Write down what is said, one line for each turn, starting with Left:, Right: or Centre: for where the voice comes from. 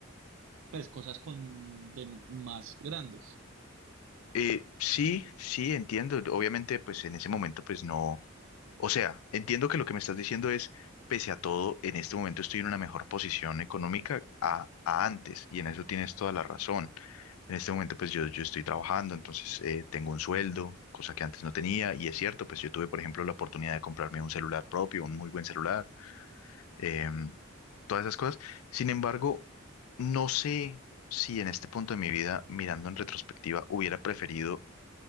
Right: Pues cosas con de más grandes.
Left: Eh, sí, sí, entiendo. Obviamente, pues en ese momento, pues no. O sea, entiendo que lo que me estás diciendo es, pese a todo, en este momento estoy en una mejor posición económica a, a antes, y en eso tienes toda la razón. En este momento, pues yo, yo estoy trabajando, entonces eh, tengo un sueldo, cosa que antes no tenía, y es cierto, pues yo tuve, por ejemplo, la oportunidad de comprarme un celular propio, un muy buen celular, em, todas esas cosas. Sin embargo, no sé si en este punto de mi vida, mirando en retrospectiva, hubiera preferido